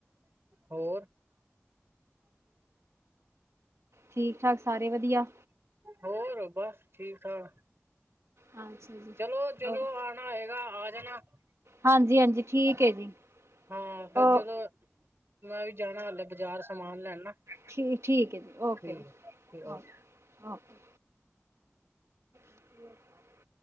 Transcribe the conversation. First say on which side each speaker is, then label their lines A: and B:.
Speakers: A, on the right; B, on the right.
A: ਹੋਰ?
B: ਠੀਕ ਠਾਕ ਸਾਰੇ ਵਧੀਆ।
A: ਹੋਰ ਬਸ ਠੀਕ ਠਾਕ।
B: ਅੱਛਾ ਜੀ
A: ਚੱਲੋ ਜਦੋਂ
B: ਓਕੇ
A: ਆਣਾ ਹੈਏਗਾ, ਆ ਜਾਣਾ।
B: ਹਾਂਜੀ ਹਾਂਜੀ ਠੀਕ ਹੈ ਜੀ
A: ਹਾਂ ਫਿਰ
B: ਓ
A: ਜਦੋਂ, ਮੈਂ ਵੀ ਜਾਣਾ ਹਲੇ ਬਾਜ਼ਾਰ ਸਮਾਨ ਲੈਣ
B: ਠੀਕ ਠੀਕ ਹੈ ਜੀ, ਓਕੇ
A: ਠੀਕ
B: ਜੀ,
A: ਐ ਠੀਕ ਓ
B: ਓਕੇ ਓਕੇ। ਹਮ। <unintelligible>